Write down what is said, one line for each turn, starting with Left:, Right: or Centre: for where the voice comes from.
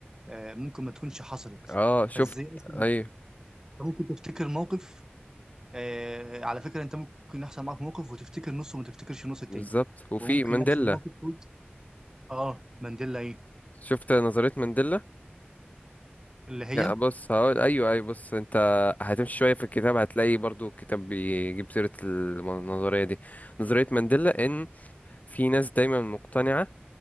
Right: آه، ممكن ما تكونش حصلت
Left: اه شفت
Right: فازاي اصلا
Left: أيوه
Right: انت ممكن تفتكر موقف آه، على فكره انت ممكن يحصل معاك موقف وتفتكر نصه وما تفتكرش النص التاني
Left: بالظبط وفي
Right: وممكن
Left: مانديلا
Right: يحصل موقف تقول اه مانديلا ايه
Left: شفت نظرية مانديلا
Right: اللي هي
Left: ك- بص هقول ايوه ايوه بص انت هتمشي شوية في الكتاب هتلاقي برضو الكتاب بيجيب سيرة الم- النظرية دي نظرية مانديلا ان في ناس دايما مقتنعة